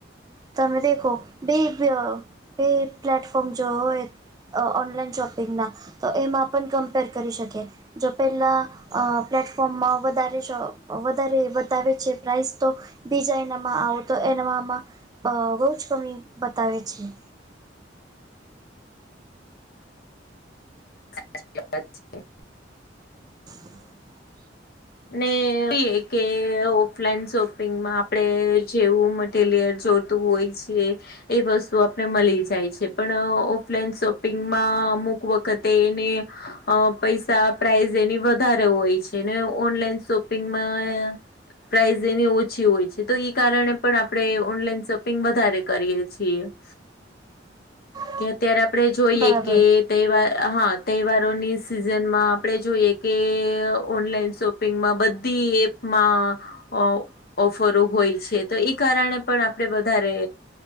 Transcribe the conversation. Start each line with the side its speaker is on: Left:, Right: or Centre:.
Right: તમે દેખો બે બે પ્લેટફોર્મ જો હોય અ ઓનલાઈન શોપિંગના તો એમાં પણ કમ્પેર કરી શકીએ. જો પહેલાં અ પ્લેટફોર્મમાં વધારે વધારે બતાવે છે પ્રાઇસ તો બીજા એનામાં આવો તો એનામાં બહુ જ કમી બતાવે છે.
Left: <unintelligible>
Right: <inaudible>
Left: એ એ બી એ કે ઓફલાઈન શોપિંગમાં આપડે જેવું મટીલયર જોતું હોય છે એ વસ્તુ આપને મળી જાય છે પણ ઓફલાઈન શોપિંગમાં અમુક વખતે એને અ પૈસા પ્રાઇસ એની વધારે હોય છે ને ઓનલાઈન શોપિંગમાં પ્રાઇઝ એની ઓછી હોય છે તો કારણે પણ આપણે ઓનલાઈન શોપિંગ વધારે કરીએ છીએ. <inaudible>
Right: <inaudible>
Left: કે અત્યારે આપણેે જોઈએ
Right: બરાબર
Left: કે તહેવાર હા તહેવારોની સિઝનમાં આપણે જોઈએ કે ઓનલાઈન શોપિંગમાં બધી એપમાં અ ઓફરો હોય છે તો એ કારણે પણ આપણે વધારે